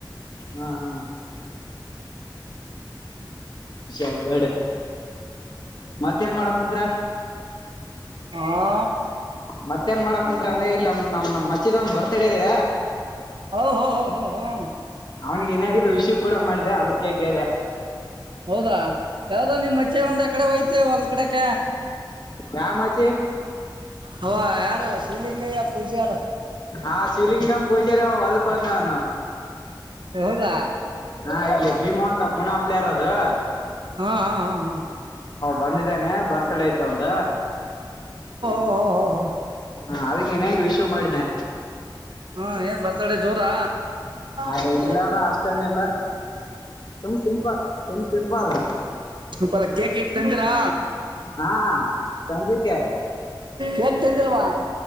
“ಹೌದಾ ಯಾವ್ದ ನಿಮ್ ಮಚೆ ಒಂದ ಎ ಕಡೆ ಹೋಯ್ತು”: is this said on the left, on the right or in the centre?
Right